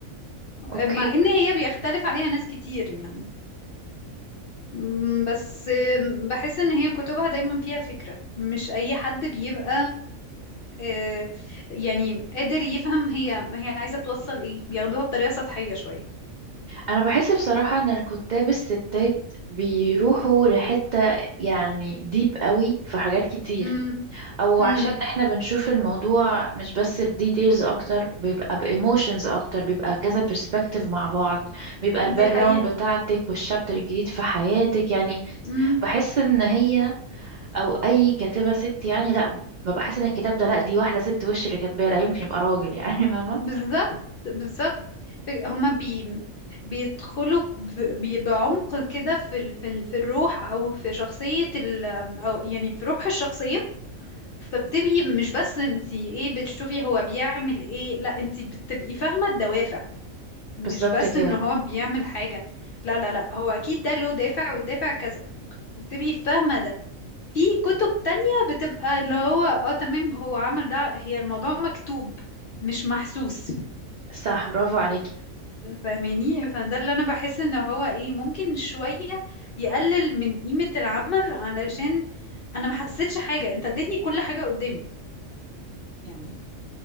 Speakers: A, on the left; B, on the right.
A: أم،
B: اوكي
A: مع ان هي بيختلف عليها ناس كتير يعني أم، بس أم، بحس ان هي كتبها دايما فيها فكرة مش اي حد بيبقى آه، يعني قادر يفهم هي هي عايزة توصل ايه بياخدوها بطريقة سطحية شوية
B: انا بحس بصراحة ان الكتاب الستات بيروحوا لحتة يعني ديب قوي في حاجات كتير
A: امم
B: او
A: امم
B: عشان احنا بنشوف الموضوع مش بس بديتيلز اكتر بيبقى بايموشنز اكتر بيبقى كذا برسبكتيف مع بعض بيبقى الباك
A: دي حقيقة
B: جراوند بتاعتك والشابتر الجديد في حياتك يعني
A: امم
B: بحس ان هي او اي كاتبة ست يعني لا ببقى حاسة ان الكتاب ده لا دي واحدة ست وش اللي كاتباه لا يمكن يبقى راجل يعني <laughs> فاهمة
A: بالظبط بالظبط ف- هما بي بيدخلوا ب- بي- بعمق كده في ال... في ال- في الروح او في شخصية ال... او يعني في روح الشخصية فبتبقي مش بس انتي ايه بتشوفي هو بيعمل ايه لا انتي بتبقي فاهمة الدوافع مش
B: بالظبط
A: بس
B: كده
A: ان هو بيعمل حاجة لا لا لا هو اكيد ده له دافع والدافع كذا وبتبقي فاهمة ده في كتب تانية بتبقى اللي هو اه تمام هو عمل ده هي الموضوع مكتوب مش محسوس
B: صح برافو عليكي
A: فاهماني فده اللي انا بحس ان هو ايه ممكن شوية يقلل من قيمة العمل علشان انا ما حسيتش حاجة انت اديتني كل حاجة قدامي يعني